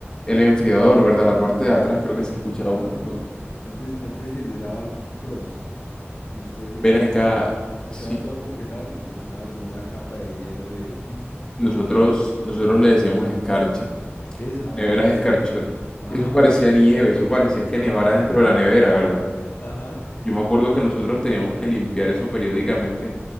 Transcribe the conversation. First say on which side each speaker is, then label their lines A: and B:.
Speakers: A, on the left (about 20°); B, on the left (about 55°).
A: el enfriador, ¿verdad? La parte de atrás creo que se escuchaba
B: Claro,
A: un montón.
B: antes, antes generaban frost y usted, digamos,
A: Ven acá,
B: echaba, echaba
A: sí,
B: algo a congelar y terminaba con una capa de hielo de... <laughs> No,
A: nosotros,
B: hombre,
A: nosotros le decíamos escarcha.
B: eso,
A: Las neveras
B: la tal
A: escarchot.
B: escarcha. Ajá,
A: Eso parecía nieve, eso parecía que nevara
B: <laughs>
A: dentro de la nevera, ¿verdad?
B: ajá.
A: Yo me acuerdo que nosotros teníamos que limpiar eso periódicamente,